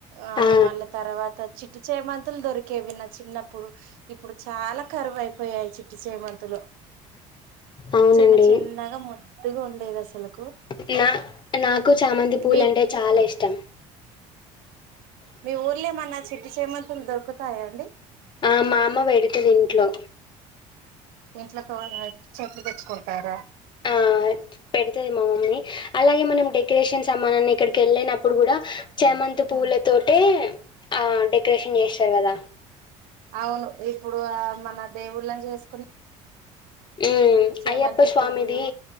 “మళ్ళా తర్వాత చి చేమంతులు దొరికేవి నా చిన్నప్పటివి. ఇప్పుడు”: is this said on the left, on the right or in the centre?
Right